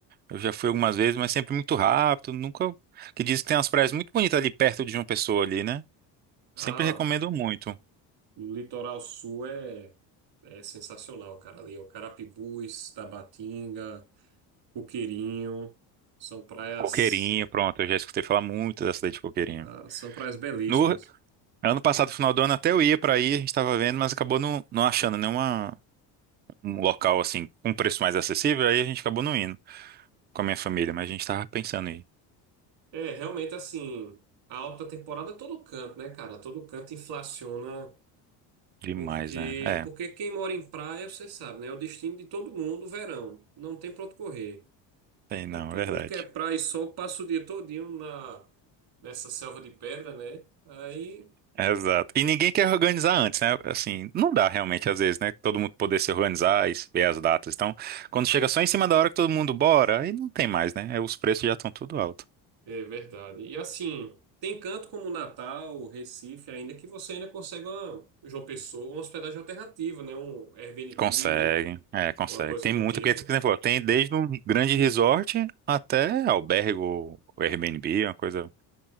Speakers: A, on the right; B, on the right.
A: Eu já fui algumas vezes, mas sempre muito rápido, nunca... Que diz que tem umas praias muito bonitas ali perto de João Pessoa ali, né?
B: Ah.
A: Sempre recomendo muito.
B: O litoral sul é, é sensacional, cara. Ali é o Carapibus, Tabatinga, Coqueirinho, são praias,
A: Coqueirinho, pronto, eu já escutei falar muito da cidade de Coqueirinho.
B: ah, são praias belíssimas.
A: No ano passado, final do ano, até eu ia pra aí, a gente tava vendo, mas acabou não, não achando nenhuma um local assim com um preço mais acessível, aí a gente acabou não indo com a minha família, mas a gente tava pensando aí.
B: É, realmente assim, a alta temporada é todo canto, né, cara? Todo canto inflaciona,
A: Demais,
B: porque
A: né? É,
B: porque quem mora em praia, você sabe, né? É o destino de todo mundo, verão. Não tem pra onde correr.
A: tem
B: Todo,
A: não,
B: todo
A: é verdade.
B: mundo quer praia e sol, passa o dia todinho na, nessa selva de pedra, né? Aí
A: Exato. E ninguém quer organizar antes, né? Assim, não dá realmente, às vezes, né? Todo mundo poder se organizar e ver as datas. Então, quando chega só em cima da hora que todo mundo bora, aí não tem mais, né? Aí Os preços já estão tudo alto.
B: É verdade. E assim, tem canto como Natal, Recife, ainda que você ainda consegue uma, João Pessoa, uma hospedagem alternativa, né? Um Airbnb,
A: Consegue, é, consegue.
B: uma coisa
A: Tem
B: do
A: muita,
B: tipo.
A: porque, por exemplo, tem desde um grande resort até albergue ou Airbnb, uma coisa,